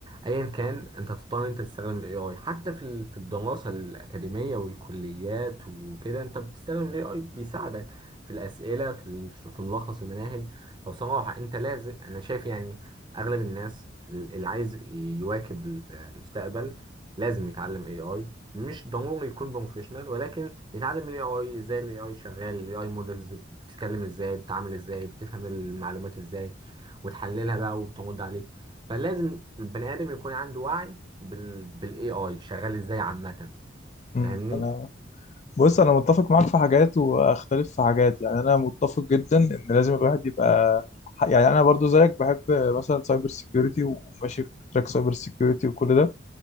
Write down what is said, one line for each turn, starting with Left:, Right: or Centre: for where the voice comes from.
Right: ايا كان انت تضطر ان انت تستخدم الاي اي حتى في ال- في الدراسه الاكاديميه والكليات وكده انت بتستخدم الاي اي بيساعدك في الاسئله في ال- في ملخص المناهج فبصراحه انت لازم انا شايف يعني اغلب الناس اللي عايز يواكب المستقبل لازم يتعلم اي اي مش ضروري يكون بروفيشنال ولكن يتعلم الاي اي ازاي الاي اي شغال الاي اي مودلز بتتكلم ازاي بتتعامل ازاي بتفهم المعلومات ازاي وتحللها بقى وبترد عليك فلازم البني ادم يكون عنده وعي بال بالاي اي شغال ازاي عامه
Left: مم.
Right: فاهمني
Left: انا بص انا متفق معاك في حاجات واختلف في حاجات يعني انا متفق جدا ان لازم الواحد يبقى يعني انا برضو زيك بحب مثلا سايبر سيكيورتي وماشي في تراك سايبر سيكيورتي وكل ده